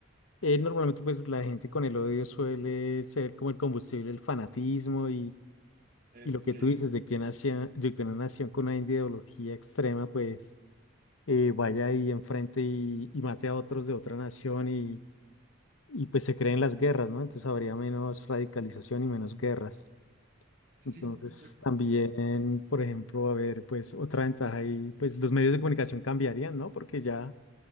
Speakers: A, on the left; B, on the right.
A: eh, normalmente pues la gente con el odio suele ser como el combustible, el fanatismo
B: Eh,
A: Y lo que
B: sí,
A: tú dices de que, una nación de que una nación con una ideología extrema, pues eh, vaya ahí enfrente y, y mate a otros de otra nación y, y pues se creen las guerras, ¿no? Entonces habría menos radicalización y menos guerras.
B: sí,
A: Entonces
B: yo
A: también,
B: sí.
A: por ejemplo, va a haber pues otra ventaja y pues los medios de comunicación cambiarían, ¿no? Porque ya,